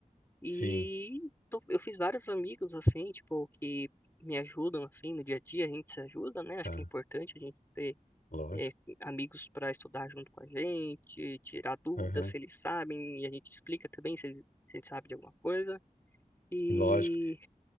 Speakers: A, on the left; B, on the left.
A: E
B: Sim,
A: tô- eu fiz vários amigos, assim, tipo, que me ajudam, assim, no dia a dia, a gente se ajuda, né? Acho
B: tá.
A: que é importante a gente ter
B: Lógico.
A: é, amigos para estudar junto com a gente, tirar dúvidas
B: Aham.
A: se eles sabem, e a gente explica também se eles, se eles sabem de alguma coisa. E,
B: Lógico.